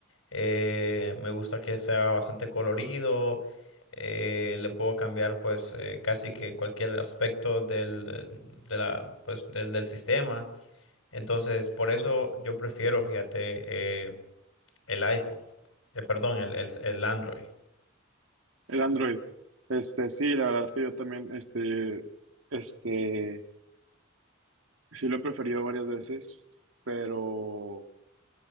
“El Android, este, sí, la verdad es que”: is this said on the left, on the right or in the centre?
Right